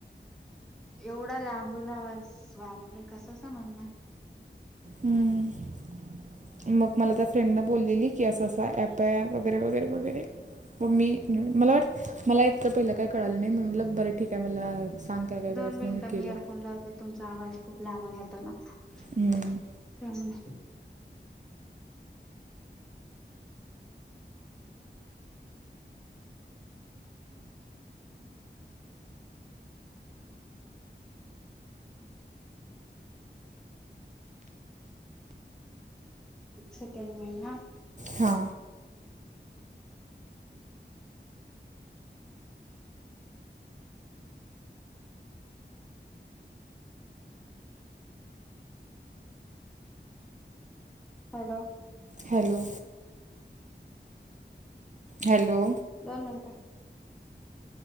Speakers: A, in the centre; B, on the right.
A: एवढा लांब नवाज वापरे कस समजलं
B: हम्म मग मला त्या फ्रेंड न बोललेली की असं असा ऍप आहे वगैरे वगैरे वगैरे मग मी मला वाट मला एकतर पहिलं काही कळालं नाही म्हणटलं बरं ठीक आहे मला सांग काय काय करायचं
A: दोन मिनिटं
B: मग केलं
A: मी इयरफोन लावते तुमचा आवाज खूप लांबून येतोय ना त्याने
B: हम्म.
A: एक सेकंड महि ना
B: हा
A: हॅलो
B: हॅलो हॅलो
A: दोन मिनट